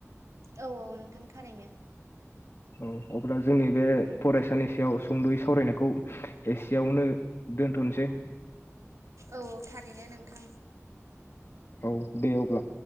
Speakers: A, on the right; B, on the left.
A: औ-औ नोंथां थारैनो।
B: औ अब्ला जोंनि बे फरायसानि सायाव सुंद'यै सावरायनायखौ एसेयावनो दोनथ'नोसै
A: औ-औ थारैनो नोंथां।
B: औ दे अब्ला।